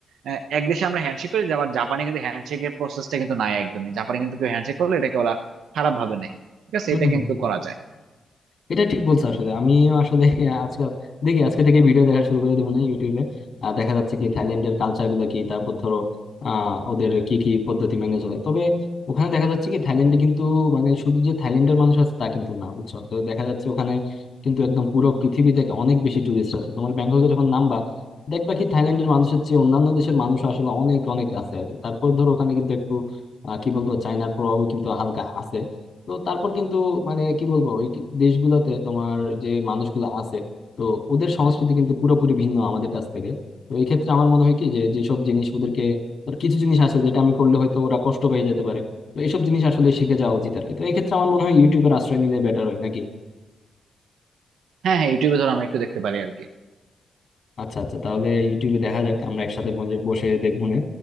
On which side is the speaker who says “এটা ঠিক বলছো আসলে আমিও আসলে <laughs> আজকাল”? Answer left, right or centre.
Left